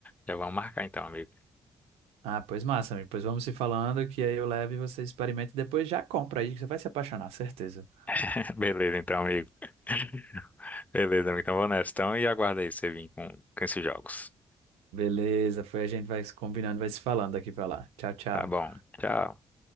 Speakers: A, on the left; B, on the right.
A: Já vamos marcar então, amigo.
B: Ah, pois massa, amigo. Pois vamos se falando, que aí eu levo e você experimenta e depois já compra aí, que você vai se apaixonar, certeza.
A: <laughs> Beleza, então, amigo. <laughs> Beleza, amigo. Então vou nessa. Então, e aguarda aí você vir com, com esses jogos.
B: Beleza, foi a gente vai se combinando, vai se falando daqui para lá. Tchau, tchau.
A: Tá bom. Tchau.